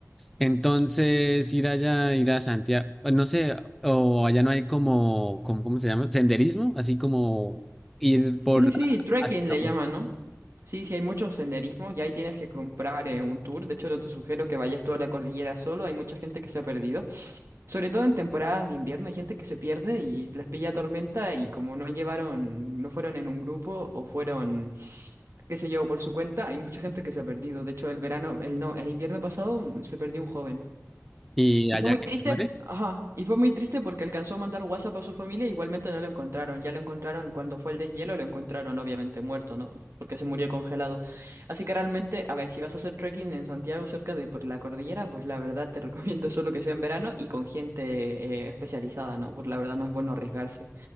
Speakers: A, in the centre; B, on the right.
A: Entonces, ir allá, ir a Santiago, pues, no sé, o allá no hay como, como, ¿cómo se llama? Senderismo, así como ir por,
B: Sí, sí, sí, trekking
A: así como,
B: le llaman, ¿no? Sí, sí, hay muchos senderismos y ahí tienes que comprar eh, un tour. De hecho, no te sugiero que vayas toda la cordillera solo. Hay mucha gente que se ha perdido. Sobre todo en temporadas de invierno hay gente que se pierde y les pilla tormenta y como no llevaron, no fueron en un grupo o fueron, qué sé yo, por su cuenta, hay mucha gente que se ha perdido. De hecho, el verano, el no, el invierno pasado mm, se perdió un joven.
A: y
B: Y
A: allá
B: fue muy
A: que
B: triste,
A: te muere.
B: ajá, y fue muy triste porque alcanzó a mandar WhatsApp a su familia, igualmente no lo encontraron. Ya lo encontraron cuando fue el deshielo, lo encontraron obviamente muerto, ¿no? Porque se murió congelado. Así que realmente, a ver, si vas a hacer trekking en Santiago cerca de por la cordillera, pues la verdad te <laughs> recomiendo solo que sea en verano y con gente eh, especializada, ¿no? Porque la verdad no es bueno arriesgarse